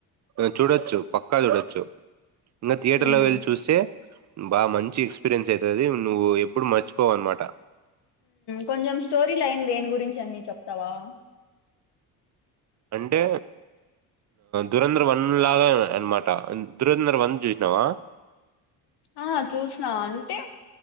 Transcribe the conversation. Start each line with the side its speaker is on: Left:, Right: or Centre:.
Right: చూడొచ్చు పక్కా చూడొచ్చు ఇంకా థియేటర్
Left: మ్మ్
Right: లో వెళ్ళి చూస్తే బాగా మంచి ఎక్స్పీరియన్స్ అయితాది నువ్వు ఎప్పుడు మర్చిపోవు అన్నమాట
Left: కొంచెం స్టోరీ లైన్ దేని గురించి అన్నీ చెప్తావా
Right: అంటే దురంధర్ వన్ లాగా అన్నమాట దురంధర్ వన్ చూసినావా
Left: ఆ చూసిన అన్ తే